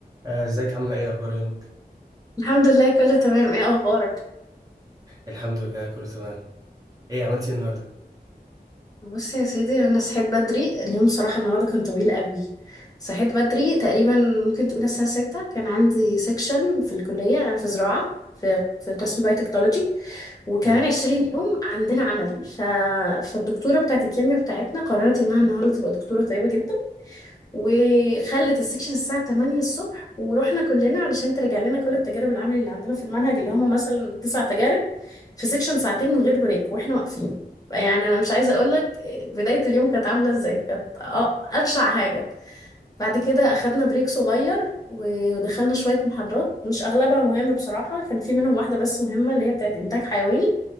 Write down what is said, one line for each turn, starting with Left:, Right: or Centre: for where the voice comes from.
Right: آه، ازيك عاملة ايه اخبار يومك؟
Left: الحمد لله كله تمام ايه اخبارك
Right: الحمد لله كله تمام ايه عملت ايه النهاردة؟
Left: بص يا سيدي انا صحيت بدري اليوم صراحه النهارده كان طويل قوي صحيت بدري تقريبا ممكن تقول الساعه 6 كان عندي سيكشن في الكليه انا في زراعه في في قسم بايوتكنولوجي وكمان
Right: مم.
Left: 20 يوم عندنا عملي ف... فالدكتوره بتاعت الكيمياء بتاعتنا قررت انها النهارده تبقى دكتوره طيبه جدا وخلت السكشن الساعة 8 الصبح ورحنا كلنا علشان ترجع لنا كل التجارب العملي اللي عندنا في المنهج اللي هما مثلا تسع تجارب في سكشن ساعتين من غير بريك واحنا واقفين يعني انا مش عايزة اقولك بداية اليوم كانت عاملة ازاي كانت آه، ابشع حاجة بعد كده اخدنا بريك صغير و- ودخلنا شوية محاضرات مش اغلبها مهمة بصراحة كان في منهم واحدة بس مهمة اللي هي بتاعت انتاج حيواني